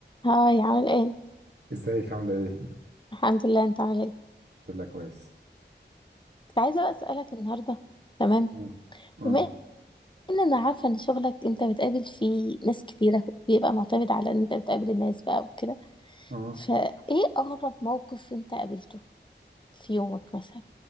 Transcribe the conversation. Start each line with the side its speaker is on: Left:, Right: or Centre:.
Left: هاي عامل ايه
Right: ازيك عاملة ايه؟
Left: الحمد لله انت عامل ايه
Right: الحمد لله كويس
Left: كنت عايزه بقى اسالك النهارده تمام
Right: مم. مم.
Left: بما ان انا عارفه ان شغلك انت بتقابل فيه ناس كتيره بيبقى معتمد على ان انت بتقابل الناس بقى وكده
Right: مم.
Left: فايه اغرب موقف انت قابلته في يومك مثلا